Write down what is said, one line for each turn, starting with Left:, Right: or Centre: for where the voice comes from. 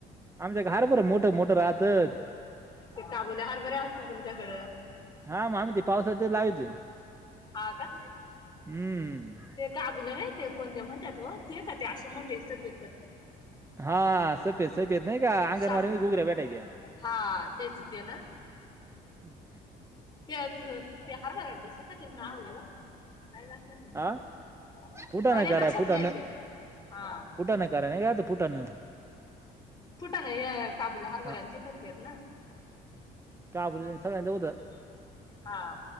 Right: आमच्या घारबर मोठं मोठं राहतात
Left: ते काबुल्या हार बर्या असतील तुमच्याकडं
Right: हा मा आम ते पावसातच लावी त आहे
Left: आ का
Right: हम्म
Left: ते काबले नाही ते कोणत्या म्हणतात व ते का ते असे मोठे सग
Right: हा सफेद सफेद नाही का आंगणवाडी
Left: शा
Right: म गुगऱ्या बेटायच्या.
Left: हा तेचथ ना.
Right: अ्
Left: ते ते हरवायलातस काहीतरी नाववयला. का लक्षात नाही
Right: हा फुटाणं
Left: मझ्या
Right: करा
Left: लक्षात
Right: फुटाणं.
Left: नाही त्या. हा.
Right: फुटाणं करा नाही का फुटाणं
Left: फुटा नाही या काबुल्या हरभऱ्यांची
Right: हा
Left: करतेत ना
Right: का बसालं हों
Left: हा.